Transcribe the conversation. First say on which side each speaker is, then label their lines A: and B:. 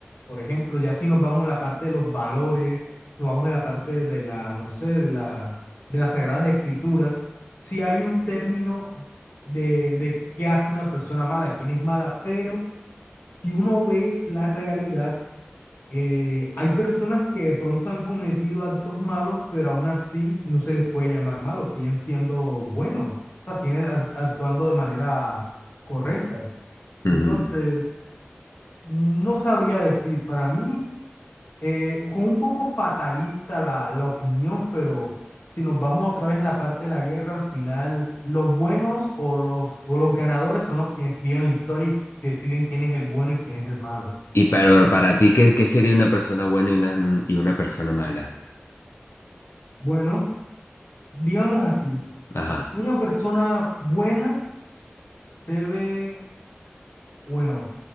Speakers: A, on the left (about 60°); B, on the left (about 85°).
A: por ejemplo, ya si nos vamos a la parte de los valores, nos vamos a la parte de la, no sé, de la, de las sagradas escrituras, si hay un término de, de qué hace una persona mala, quién es mala, pero si uno ve la realidad, eh, hay personas que de pronto han cometido actos malos, pero aún así no se les puede llamar malos, siguen siendo buenos, o sea, siguen a- actuando de manera correcta.
B: ujú.
A: Entonces, no sabría decir, para mí, eh, con un poco fatalista la, la opinión, pero si nos vamos otra vez en la parte de la guerra, al final los buenos o los, o los ganadores son los quienes escriben la historia y deciden quién es el bueno y quién es el malo.
B: Y para, para ti, ¿qué, qué sería una persona buena y una, mm, y una persona mala?
A: Bueno, digamos así.
B: Ajá.
A: Una persona buena debe, bueno,